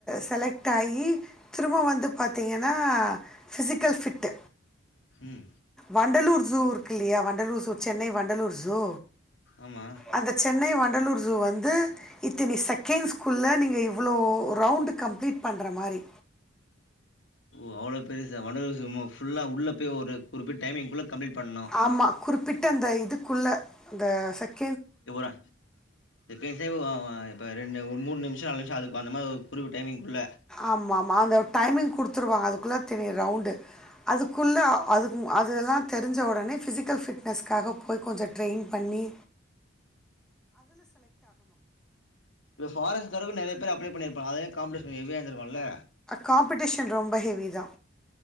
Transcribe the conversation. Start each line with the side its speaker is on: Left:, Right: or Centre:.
Centre: செலக்ட் ஆயி திரும்ப வந்து பாத்தீங்கன்னா ஃபிசிக்கல் ஃபிட்டு
Left: ம்
Centre: வண்டலூர் ஜூ இருக்கு இல்லையா வண்டலூர் ஜூ சென்னை வண்டலூர் ஜூ
Left: ஆமா
Centre: அந்த சென்னை வண்டலூர் ஜூ வந் து இத்தனி செகண்ட்ஸ்குள்ள நீங்க இவ்ளோ ரவுண்ட் கம்ப்ளீட் பண்ற மாரி
Left: ஓ அவ்ளோ பெருசா வண்டலூர் ஜூ மு ஃபுல்லா உள்ள போய் ஒரு குறிப்பிட்ட டைமிங்குள்ள கம்ப்ளீட் பண்ணு
Centre: ஆமா குறிப்பிட்ட அந்த இதுக்குள்ள அந்த செக்
Left: இ போற செகண்ட்ஸ் சேவு இப்ப ரெண்டு ஒரு மூணு நிமிஷோ நாலு நிமிஷோ அது அந்தமாரி ஒரு குறிப்பிட்ட டயமிங்குள்ள
Centre: ஆமா ஆமா அந்த டயமிங் குடுத்துருவாங்க அதுக்குள்ள இத்தினி ரவுண்டு அதுக்குள்ள அது அதெல்லா தெரிஞ்ச ஒடனே பிசிக்கல் ஃபிட்னஸ்க்காக போய் கொஞ்சோ ட்ரெயின் பண் ணி
Left: இப்ப ஃபாரஸ்ட் கார்டுக்கு நெறைய பேர் அப்ளே பண்ணியிருப்பாங்க அதே காம்படீஷன் கொஞ்சோ ஹெவியா இருந்திருக்குல்ல
Centre: காம்படீஷன் ரொம்ப ஹெவிதா